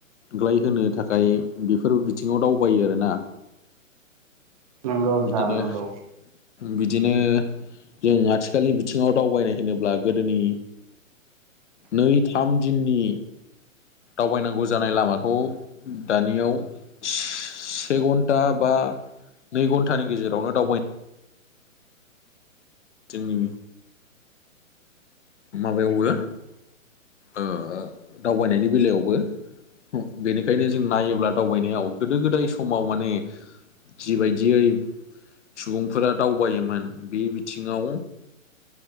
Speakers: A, on the left (about 55°); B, on the right (about 25°).
A: ग्लाय होनो थाखाय बेफोर बिथिङाव दावबायो आरोना।
B: नंगौ नोंथां
A: बिदिनो
B: नंगौ
A: बिदिनो जों आथिखालनि बिथिङाव दावबायनाय होनोब्ला गोदोनि नै थाम दिननि दावबायनांगौ जानाय लामाखौ दानियाव से घन्टा बा नै घन्टानि गेजेरावनो दावबायनो जोंनि माबायावबो ओ दावबायनायनि बेलायावबो बेनिखायनो जों नायोब्ला दावबायनायाव गोदो गोदाय समाव माने जिबायदियै सुबुंफोरा दावबायोमोन बे बिथिङाव